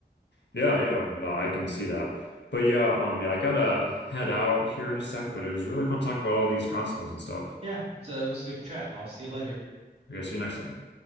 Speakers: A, on the left; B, on the right.
A: Yeah, yeah. No, I can see that. But yeah, um, yeah, I gotta head out here in a sec, but it was really fun talking about all these consoles and stuff.
B: Yeah, so it was a good chat. I'll see you later.
A: Okay, see you next time.